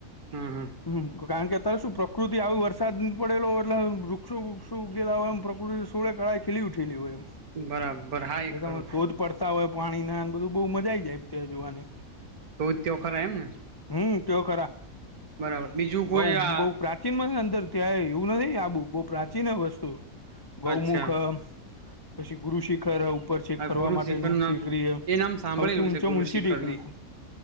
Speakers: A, on the right (about 70°); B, on the left (about 30°).
A: હમ હમ
B: હ કારણ કે અત્યારે શું પ્રકૃતિ આવ વર્ષે વરસાદ પડેલો એટલે વૃક્ષો વૃક્ષો ઉગેલા હોય એમ પ્રકૃતિ સોળેાળા ખીલી ઉઠેલી હોય એમ.
A: બરાબર હા
B: તમે
A: એ ખરું
B: ધોધ પડતા હોય પાણી ના બહુ મજા આઈ જાય એમ ત્યાં જોવાની
A: તો જ તેઓ ખરા એમ ને
B: હમ તે ખરા
A: બરાબર બીજું કોઈ
B: ગઉ
A: આ
B: બઉ પ્રાચીનમાં છે અંદર ત્યાં એવું નથી આબું બહુ પ્રાચીન વસ્તુ ગૌમુખ
A: અચ્છા
B: પછી ગુરુ શિખર આવ ઉપર છે
A: આ
B: ફરવા
A: ગુરુ
B: માટેનું
A: શિખર નું
B: ટેકરી
A: નામ
B: હ
A: એ નામ સાંભળેલું
B: સૌથી ઊંચા
A: છે ગુરુ
B: ઊંચી
A: શિખર
B: ટેકરી.
A: નું